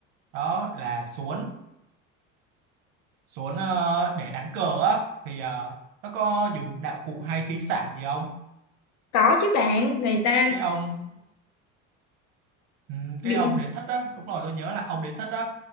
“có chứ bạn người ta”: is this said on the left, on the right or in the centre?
Left